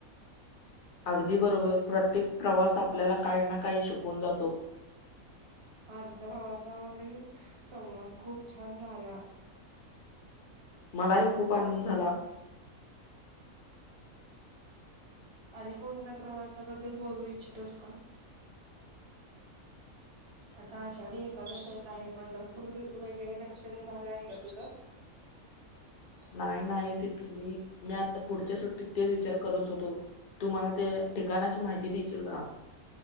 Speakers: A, on the left (about 65°); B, on the right (about 30°).
A: अगदी बरोबर प्रत्येक प्रवास आपल्याला काही ना काही शिकवून जातो.
B: आजचा प्रवासावरील संवाद खूप छान झाला.
A: मलाही खूप आनंद झाला.
B: आणि कोणत्या प्रवासाबद्दल बघू इच्छितोस का? <inaudible> आता आषाढी एखादस येत आहे. पंढरपूर वैगेरे दर्शन झालं आहे का तुझं?
A: नाही नाही तिथली, मी आता पुढच्या सुट्टीत तेच विचार करत होतो. तु मला ते ठिकाणाची माहिती देशील का?